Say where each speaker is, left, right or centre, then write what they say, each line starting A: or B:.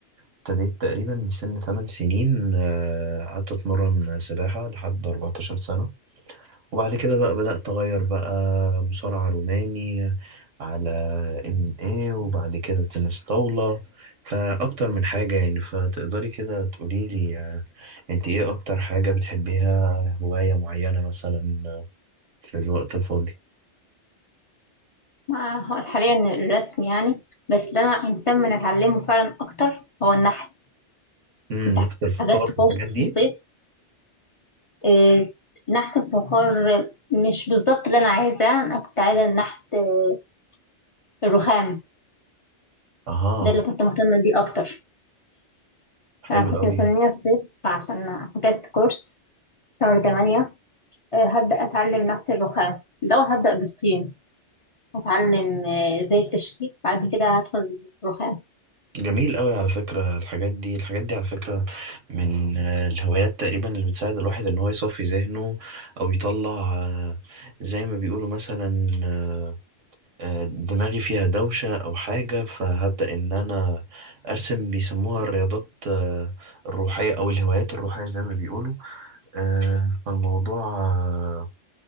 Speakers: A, on the right; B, on the left.
A: ابتديت تقريبا سن 8 سنين آه، قعدت اتمرن سباحة لحد 14 سنة وبعد كده بقى بدأت اغير بقى مصارعة روماني على ام اي وبعد كده تنس طاولة فاكتر من حاجة يعني فتقدري كده تقولي لي آه، انت ايه اكتر حاجة بتحبيها هواية معينة مثلا آه، في الوقت الفاضي
B: مع هو حاليا الرسم يعني بس اللي انا مهتمة ان اتعلمه فعلا اكتر هو النحت
A: امم
B: كنت
A: نفط الفخار
B: حجزت كورس
A: والحاجات دي
B: في الصيف آه، نحت الفخار مش بالظبط اللي انا عايزاه انا كنت عايزه نحت آه، الرخام
A: اها
B: ده اللي كنت مهتمه بيه اكتر
A: حلو
B: انا كنت
A: قوي
B: مستنيه الصيف عشان فكست كورس شهر 8 آه، هبدا اتعلم نحت الرخام لو هبدا بالطين اتعلم آه، ازاي التشكيل بعد كده هدخل الرخام
A: جميل قوي على فكرة الحاجات دي الحاجات دي على فكرة من آه، الهوايات تقريبا اللي بتساعد الواحد ان هو يصفي ذهنه او يطلع آه، زي ما بيقولوا مثلا آه، آه، دماغي فيها دوشة او حاجة فهبدأ ان انا ارسم بيسموها الرياضات آه، الروحية او الهوايات الروحية زي ما بيقولوا آه، فالموضوع آه،